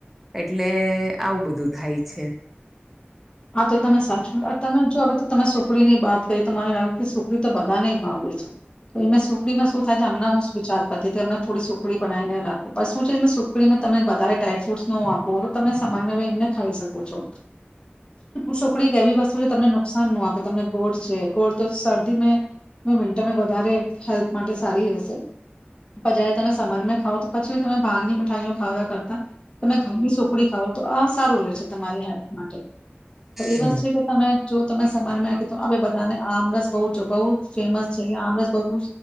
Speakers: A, in the centre; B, on the left.
A: એટલે આવું બધું થાય છે.
B: હા તો તમે સાચું તમે જો હવે તો તમે સુખડી ની વાત કરી તો મને લાગે કે સુખડી તો બધાને ભાવે છે તો એ સુખડીમાં શું થાય છે અમને હું વિચાર કરતી અમને થોડી સુખડી બનાવીને રાખું શું છે સુખડીમાં તમે બધારે ડ્રાયફ્રૂટસ ન આપો તો તમે સમાનમાં એમને ખાઈ શકો છો. સુખડી એક એવી વસ્તુ છે તમને નુકસાન ન આપે તમને ગોળ છે ગોળ તો શરદી મે વિન્ટર મે વધારે હેલ્થ માટે સારી રહેશે પ જ્યારે તમે સમર મે ખાવ તો પછી તમે બહારની મીઠાઈઓ ખાવવા કરતા તમે ઘરની સુખડી ખાવ તો આ સારું રહેશે તમારી હેલ્થ માટે. તો એ
A: હમ
B: વાત છે કે તમે જો તમે સમરમાં કે હવે બધાને આમરસ બહુ બહુ ફેમસ છે કે આમરસ બુ